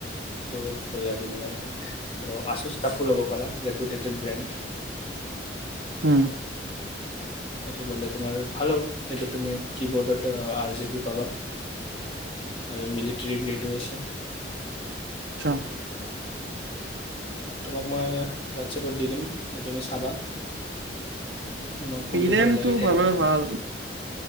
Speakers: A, on the left; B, on the right.
A: সেইটো বঢ়িয়া গেমিঙৰ কাৰণে আৰু আচুচ তাপো ল'ব পাৰা ৰেপুটেটেড ব্ৰেণ্ড
B: উম
A: সেইটো ললে তোমাৰ ভাল হ'ব সেইটো তুমি কি বোৰ্ডত আৰ জি পি পাবা আৰু মিলিটৰী গ্ৰেডো আছে
B: চা
A: তোমাক মই হোৱাটছএপত দি দিম তুমি চাবা তোমাক
B: ভিৰেমটো
A: কোনটো ভাল লাগে ক'বা
B: ভালৰে ভাল